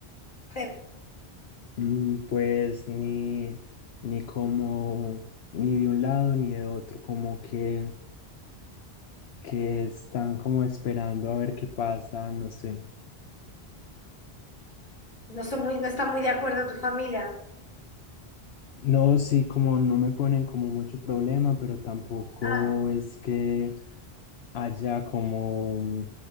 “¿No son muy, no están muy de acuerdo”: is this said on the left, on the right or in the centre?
Left